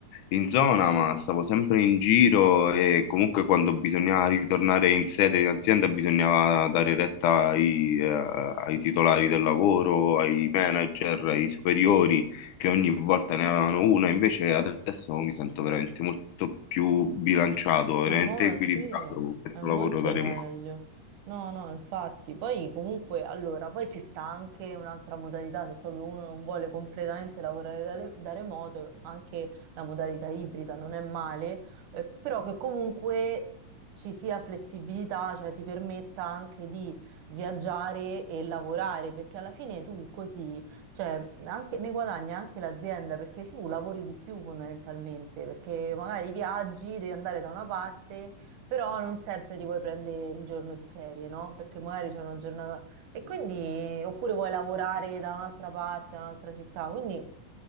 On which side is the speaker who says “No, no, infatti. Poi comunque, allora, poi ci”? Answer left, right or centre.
Right